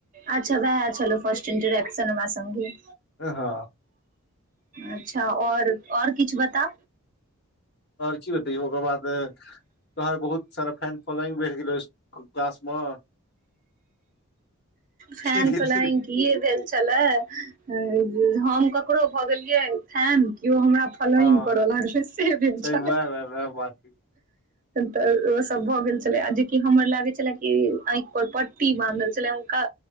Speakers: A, on the right (about 40°); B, on the left (about 50°).
A: अच्छा वए चलो फर्स्ट इंटरैक्शन हमरा सगे
B: हँ हँ
A: अच्छा आओर आओर किछु बता
B: आओर की बतैयौ ओकर बाद तोर बहुत सारा फैन फॉलोइंग भेट गेलौ इुल क्लासमे
A: फेन
B: धीरे
A: फलांइग
B: धीरे
A: किए भेल छलै आ हम ककरो भऽ गेलियै फेन के हमरा फॉलोइंग
B: हँ
A: करऽ लागलै से भेल
B: सही
A: छल
B: वएह वएह वएह बात
A: तऽ ओ सब भऽ गेल छले आ जेकि हमर लागे छले कि आँखि पर पट कुी बानहल छलै हुनका